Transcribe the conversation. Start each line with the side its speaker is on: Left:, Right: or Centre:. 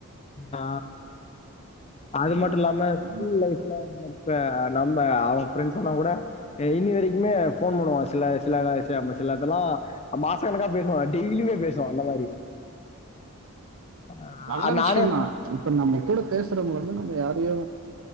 Left: ஆ அது
Right: ந
Left: மட்டு இல்லாம ஸ்கூல்
Right: நண்ப
Left: லைஃப்ல இப்ப நம்ம அவ ஃப்ரெண்ட்ஸ் எல்லா கூட இனி வரைக்குமே ஃபோன் பண்ணுவா சில சில செ சிலதுல்லா மாச கணக்கா பேசுவா டெய்லியுமே பேசுவா அந்த மாரி அ
Right: நல்ல விஷ்யந்தா
Left: நானே
Right: இப்ப நம்ம கூட பேசுறவங்க வந்து நம்ம யாரையோ